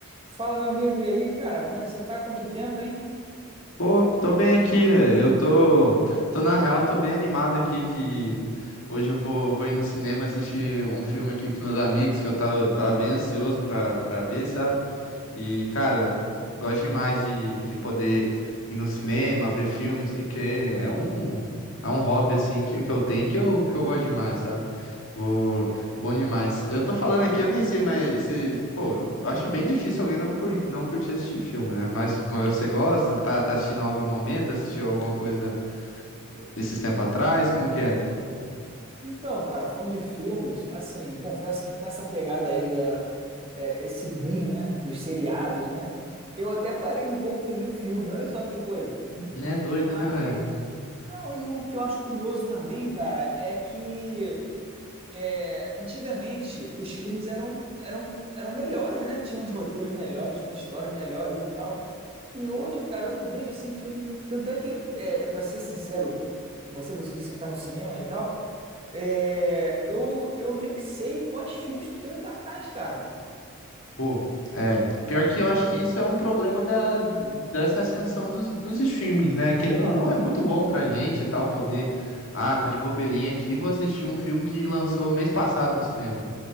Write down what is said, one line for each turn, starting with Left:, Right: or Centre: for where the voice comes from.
Right: Fala, meu amigo, e aí, cara, como é que você tá? Quanto tempo, hein?
Left: Pô, tô bem aqui, velho. eu tô, tô na real, tô bem animado aqui que hoje eu vou, vou ir no cinema assistir um filme aqui com os meus amigos que eu tava, tava bem ansioso pra, pra ver, sabe? E, cara, gosto demais de, de poder ir no cinema, ver filme, assim, porque é um, é um hobby, assim, que, que eu tenho que eu, que eu gosto demais, sabe? Vou, Bom demais. Eu tô falando aqui, eu nem sei, mas se, pô, eu acho bem difícil alguém não, cur... não curtir assistir filme, né? Mas mas você gosta? Tá, tá assistindo algo no momento? Assistiu alguma coisa esses tempos atrás? Como que é?
Right: Então, cara, falando de filmes, assim, confesso que com essa pegada aí da é, esse boom, né, dos seriados, né, eu até parei um pouco de ver filme. Olha só que coisa.
Left: Né, doido,
Right: Mas
Left: né, velho?
Right: não, e o que eu acho curioso também, cara, é que é, antigamente os filmes eram eram eram melhores, né? Tinham uns roteiros melhores, tinham umas histórias melhores e tal. E hoje, cara, eu não vejo assim filme. Tanto é que, é, para ser sincero com você, você disse que tá no cinema e tal. é, eu, eu nem sei quais filmes que estão em cartaz, cara.
Left: Pô, é. Pior que eu acho que isso é um problema da, dessa ascensão dos, dos streamings, né? Querendo ou não, é muito bom pra gente e tal, poder. Ah, tô de bobeirinha aqui, vou assistir um filme que lançou mês passado no cinema.